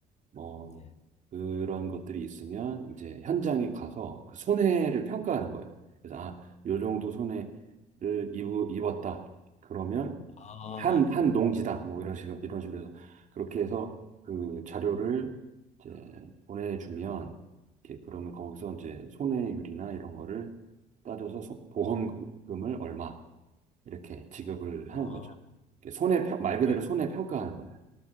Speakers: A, on the right (about 45°); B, on the left (about 40°).
A: 뭐
B: 네
A: 그런 것들이 있으면 이제 현장에 가서 그 손해를 평가하는 거예요. 그래서 아, 요 정도 손해를 입, 입었다. 그러면
B: 아,
A: 한, 한 농지당 뭐 이런 식으로 이런 식으로 해서 그렇게 해서 그 자료를 이제 보내주면 이렇게 그러면 거기서 이제 손해율이나 이런 거를 따져서 소- 보험금을 얼마 이렇게 지급을 하는
B: 아,
A: 거죠. 이렇게 손해 평- 말 그대로
B: 예.
A: 손해 평가하는 거예요.